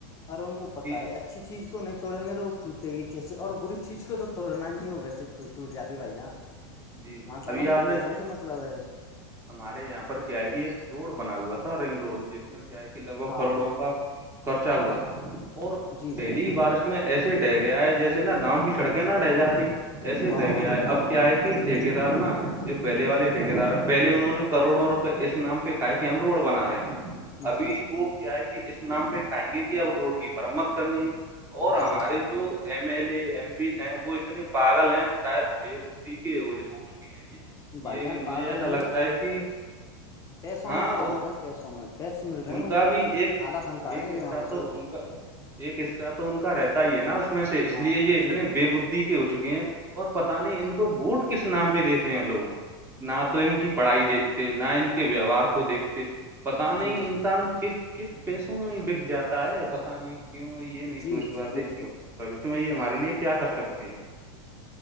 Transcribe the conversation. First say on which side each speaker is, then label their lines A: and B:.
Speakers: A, on the left; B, on the right.
A: اورر ان کو پت
B: کہ
A: ہے اچھا اچھی چیز کو نہیں توڑیں گے تو وہ ٹوٹے گی کیسے اور بری چیز کو توڑنا ہی نہیں ہو ویسے ٹوٹ ٹوٹ جاتی بھائی جان
B: جی
A: ماں ساالا
B: ابھی
A: ان کو
B: آپ
A: پیسوں
B: نے
A: سے مطلب ہے
B: ہمارے یہاں پر کیا ہے کہ ایک روڈ بنا ہوا تھا رنگ روڈ جس میں کہ لگ بھگ
A: ہاں
B: کروڑوں کا خرچہ ہوا تھا اور
A: جی
B: پہلی
A: جی
B: بارش میں ایسے ڈ گیا ہے جیسے نا گاؤں کی سڑکیں نہ رہ جاتی ایسے
A: ہاں
B: رہ
A: ہاں
B: گیا ہے
A: ہاں
B: اب کیا ہے تے
A: جی
B: گئے ٹھ دار نا جو پہل والے ٹھیک دار ہے پہلے انہوں نے کروڑوں روپئے اس نام پہ کہا کہ ہم روڈ بنا رہے ہیں ابھی
A: جی
B: وہ کیا ہے کہ اس نام پہ کھائیں گے کہ اب روڈ کی مرمت کرنی ہے اور ہمارے
A: جی
B: جو M L A M Ps ہیں وہ اتنے پاگل ہیں شاید بے ک پ ہو چک ہیں یہ
A: بھائی
B: یہ
A: جان
B: مجھے
A: پاگل
B: ایسا
A: نہیں
B: لگتا
A: وہ پیسہ
B: ہے کہ
A: پیسوں
B: ہاں
A: میں پاگل ہیں پیسوں میں پیسے مل رہے
B: ان
A: ہیں
B: کا
A: کو
B: بھی ایک
A: آدھا فنڈ کا
B: ایک
A: رہے ہیں یہ
B: حصہ
A: مان کے چلو
B: تو ان کا ایک حصہ تو ان کا رہتا ہی ہے نا اس میں سے اس
A: ہاں
B: لیے
A: ہاں
B: یہ اتنے
A: جی جی
B: بے بھ ہو چکے ہیں اور پتہ نہیں ان کو بوٹ کس نام پہ دیتے ہیں لوگ نہ تو ان کی پڑھائی دیکھتے نہ ان کے ویوہار کو دیکھتے پتا نہیں
A: جی جی
B: انسان کس کس پیسوں میں بک جاتا ہے پتا نہیں کیوں یہ نہیں
A: جی
B: سوچ پاتے
A: جی بالکل
B: کہ بوش میں یہ ہمارے لیے کیا کر سکتے ہیں